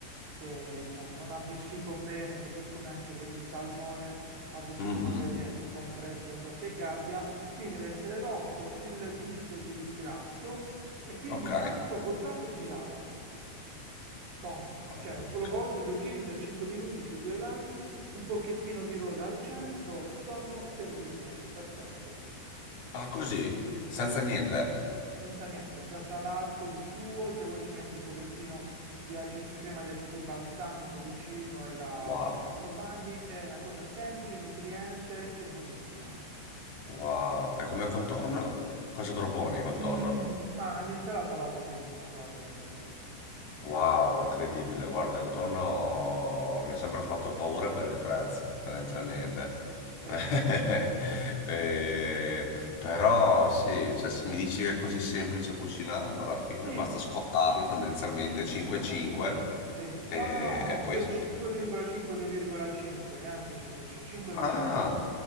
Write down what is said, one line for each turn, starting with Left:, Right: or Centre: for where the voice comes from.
Right: che diciamo, non ha vissuto bene, così come anche per il salmone ha vissuto
Left: mhm.
Right: magari ecco, compresso in qualche gabbia, quindi deve essere rosso, il giusto di, di grasso e quindi
Left: Ok,
Right: intanto voltate e girata. Bon.
Left: ok.
Right: Cioè, lo volti e lo giri per 5 minuti sui due lati, un pochettino di rosa al centro, tonno servito, perfetto,
Left: Ah, così, senza niente.
Right: senza niente, già salato di suo, se vuoi ci metti un pochettino di, ace- di crema di aceto balsamico vicino e la,
Left: Wow,
Right: diciamo, lo bagni, è una cosa semplice, nutriente e buonissima.
Left: wow. E come contorno? Cosa proponi col
Right: Mm,
Left: tonno?
Right: ma l'insalata va benissimo, guarda Daniele. Mm,
Left: Wow, incredibile. Guarda, il tonno mi ha sempre fatto paura per il prezzo, tendenzialmente.
Right: sì,
Left: <laughs>
Right: sì, sì, sì, sì.
Left: Eh, però sì, cioè, se mi dici che è così semplice cucinarlo, alla fine
Right: Sì,
Left: basta scottarlo tendenzialmente 5-5
Right: fondamen- sì, sì.
Left: e,
Right: No, no, no,
Left: e poi
Right: no, 2,5-2,5,
Left: serve.
Right: neanche 5,5, 5 totale.
Left: Ah,